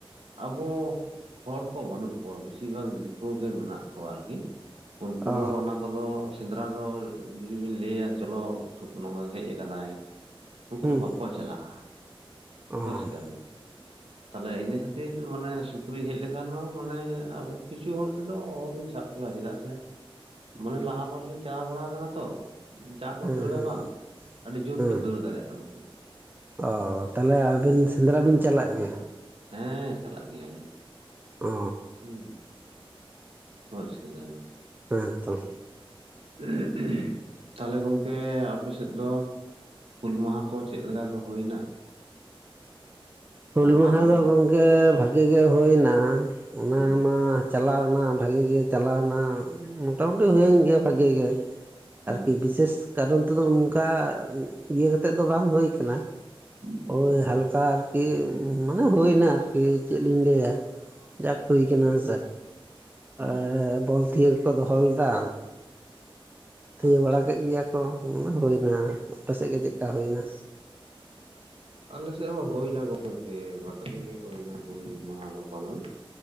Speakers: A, on the right; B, on the right.
A: ᱟᱵᱚ, ᱦᱚᱲ ᱠᱚ ᱵᱟᱱᱩᱜ ᱠᱚᱣᱟ ᱵᱤᱥᱤ ᱵᱷᱟᱜᱽ ᱫᱤᱠᱩ ᱜᱮ ᱢᱮᱱᱟᱜ ᱠᱚᱣᱟ ᱟᱨᱠᱤ ᱾ ᱩᱱᱠᱩ
B: ᱚ
A: ᱫᱚ ᱚᱱᱟ ᱠᱚᱫᱚ ᱥᱮᱸᱫᱽᱨᱟ ᱫᱚ ᱡᱩᱫᱤᱵᱤᱱ ᱞᱟᱹᱭ ᱟᱠ ᱪᱚᱞᱚ ᱥᱩᱠᱱᱚ ᱦᱚᱸᱭ ᱦᱮᱡ ᱟᱠᱟᱱᱟᱭ ᱩᱱᱩᱠᱩ
B: ᱦᱮᱸ
A: ᱫᱚ ᱵᱟᱠᱚ ᱪᱟᱞᱟᱜᱼᱟ
B: ᱚ
A: ᱦᱳᱭ
B: ᱦᱮᱸ
A: ᱥᱮᱞ, ᱛᱟᱞᱦᱮ ᱤᱱᱟᱹ ᱠᱷᱟᱹ ᱛᱤᱨ ᱢᱟᱱᱮ ᱥᱩᱠᱨᱤ ᱦᱮᱡ ᱞᱮᱠᱷᱟᱱ ᱦᱚᱸ ᱢᱟᱱᱮ ᱟᱵᱚ ᱠᱤᱪᱷᱩ ᱦᱚᱲ ᱛᱮᱫᱚ ᱚᱦᱚᱵᱤᱱ ᱥᱟᱵ ᱠᱣᱟ ᱪᱮᱫᱟᱜ ᱥᱮ
B: <unintelligible> ᱾
A: ᱢᱚᱱᱮ ᱞᱟᱦᱟ ᱵᱟᱨ ᱞᱤᱧ ᱪᱟᱞᱟᱣ ᱵᱟᱲᱟ ᱠᱟᱱᱟ ᱛᱚ ᱡᱟ ᱠᱚ
B: ᱦᱮᱸ
A: ᱫᱟᱹᱲᱟ
B: ᱦᱮᱸ
A: ᱵᱟᱝ ᱟᱹᱰᱤ ᱡᱳᱨ
B: ᱦᱮᱸ
A: ᱠᱚ ᱫᱟᱹᱲ ᱫᱟᱲᱮᱜᱼᱟ ᱱᱩᱠᱩ ᱾
B: ᱚ, ᱛᱟᱞᱦᱮ ᱟᱵᱤᱱ ᱥᱮᱸᱫᱽᱨᱟ ᱵᱤᱱ ᱪᱟᱞᱟᱜ ᱜᱮᱭᱟ?
A: ᱦᱮᱸ, ᱪᱟᱞᱟᱜ ᱜᱮᱭᱟᱞᱤᱧ,
B: ᱚ
A: ᱩᱸ ᱾ ᱦᱚᱸᱡᱽ ᱠᱮᱫᱟᱵᱤᱱ ᱾
B: ᱮᱸ ᱛᱚ ᱾
A: ᱷᱩᱸᱦ ᱷᱩᱸ ᱛᱟᱞᱦᱮ ᱜᱚᱝᱠᱮ ᱟᱯ ᱟᱯᱮᱥᱮᱫ ᱫᱚ ᱦᱩᱞ ᱢᱟᱦᱟ ᱠᱚ ᱪᱮᱜ ᱞᱮᱠᱟ ᱠᱚ ᱦᱳᱭᱱᱟ?
B: ᱦᱩᱞ ᱢᱟᱦᱟ
A: ᱯᱟᱨᱚᱢᱮᱱ
B: ᱫᱚ ᱜᱚᱝᱠᱮ ᱵᱷᱟᱜᱮᱹ ᱜᱮ ᱦᱳᱭᱱᱟ ᱚᱱᱟ
A: ᱦᱩᱸ
B: ᱢᱟ ᱪᱟᱞᱟᱣᱱᱟ ᱵᱷᱟᱜᱮᱹ ᱜᱮ ᱪᱟᱞᱟᱣᱱᱟ ᱢᱚᱴᱟ ᱢᱩᱴᱤ ᱦᱳᱭᱮᱱ ᱜᱮᱭᱟ ᱵᱷᱟᱜᱮᱹ ᱜᱮ ᱾
A: ᱦᱩᱸ
B: ᱟᱨᱠᱤ
A: ᱦᱩᱸ
B: ᱵᱤᱥᱮᱹᱥ ᱠᱟᱨᱚᱱ ᱛᱮᱫᱚ ᱚᱱᱠᱟ ᱤᱭᱟᱹ ᱠᱟᱛᱮᱫ ᱫᱚ ᱵᱟᱝ ᱦᱳᱭ ᱠᱟᱱᱟ
A: ᱦᱩᱸ
B: ᱳᱭ, ᱦᱟᱞᱠᱟ ᱟᱨᱠᱤ ᱢᱟᱱᱮ ᱦᱳᱭᱱᱟ ᱟᱨᱠᱤ ᱪᱮᱜ ᱞᱤᱧ ᱞᱟᱹᱭᱟ ᱡᱟᱠ ᱦᱩᱭ
A: ᱦᱩᱸ
B: ᱠᱟᱱᱟ ᱦᱮᱸ ᱥᱮ,
A: ᱦᱩᱸ
B: ᱮᱻ ᱵᱚᱞ ᱛᱦᱤᱭᱟᱹ ᱠᱚᱠᱚ ᱫᱚᱦᱚ ᱞᱮᱫᱟ ᱛᱷᱤᱭᱟᱹ
A: ᱟᱪᱪᱷᱟ
B: ᱵᱟᱲᱟ ᱠᱮᱜ ᱜᱮᱭᱟ ᱠᱚ ᱢᱟᱱᱮ ᱦᱳᱭᱱᱟ ᱟᱯᱮᱥᱮᱜ ᱜᱮ ᱪᱮᱜᱠᱟ ᱦᱳᱭᱱᱟ?
A: ᱟᱞᱮ ᱥᱮᱜ ᱦᱚᱸ ᱦᱳᱭᱱᱟ ᱜᱚᱝᱠᱮ ᱵᱷᱟᱜᱮᱹ ᱜᱮ ᱦᱳᱭᱱᱟ ᱦᱩᱞ ᱢᱟᱦᱟ ᱫᱚ ᱯᱟᱞᱚᱱ ᱾